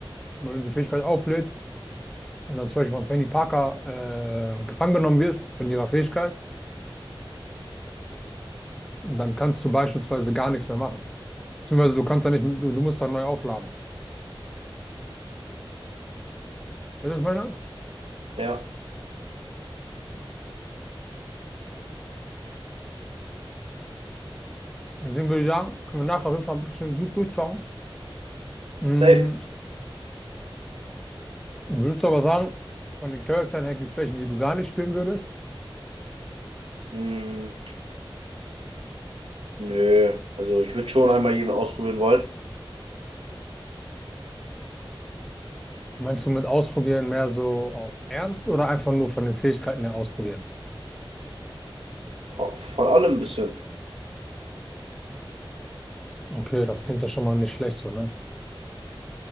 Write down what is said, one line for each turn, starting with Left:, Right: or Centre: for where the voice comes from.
Centre: wenn du die Fähigkeit auflädst und dann zum Beispiel von Penny Parker äh, gefangen genommen wirst von ihrer Fähigkeit, Und dann kannst du beispielsweise gar nichts mehr machen. Beziehungsweise du kannst da nicht, du, du musst dann neu aufladen. Weißt du, was ich meine?
Right: Ja,
Centre: Deswegen würde ich sagen, können wir nachher auf jeden Fall ein bisschen gut durchschauen. Mm,
Right: safe.
Centre: würdest du aber sagen, von den Charakteren her gibt es welche, die du gar nicht spielen würdest?
Right: Hm, nö. Also ich würde schon einmal jeden ausprobieren wollen.
Centre: Meinst du mit ausprobieren mehr so auf Ernst oder einfach nur von den Fähigkeiten her ausprobieren?
Right: Ja, Von allem ein bisschen.
Centre: Okay, das klingt ja schon mal nicht schlecht so, ne?